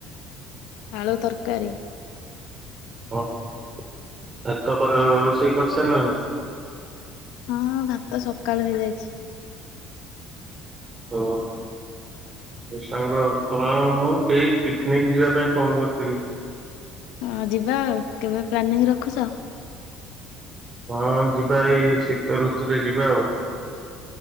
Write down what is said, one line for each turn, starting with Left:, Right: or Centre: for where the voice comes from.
Left: ଆଳୁ ତରକାରୀ।
Right: ଓ <unintelligible> ରୋଷେଇ କରିସରିଲାଣି?
Left: ହଁ ଭାତ ସକାଳୁ ହେଇଯାଇଚି।
Right: ହଉ <unintelligible> ସାଙ୍ଗ <unintelligible> ପିକନିକ୍ ଯିବା ପାଇଁ ଫୋନ୍ କରିଥିଲି।
Left: ହଁ ଯିବା ଆଉ କେବେ ପ୍ଲାନିଂ ରଖୁଚ?
Right: ହଁ ଯିବା ଏଇ ଶୀତ ଋତୁରେ ଯିବା ଆଉ।